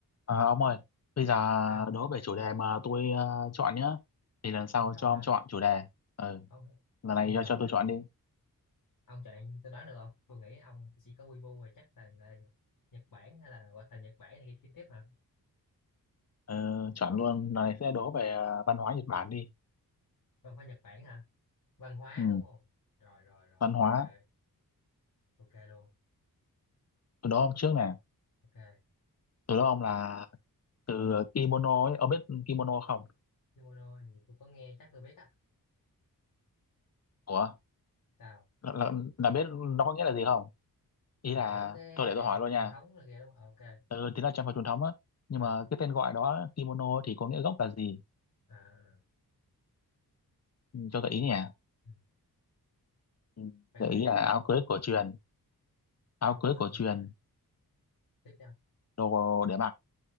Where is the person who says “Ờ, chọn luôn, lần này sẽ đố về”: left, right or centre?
Left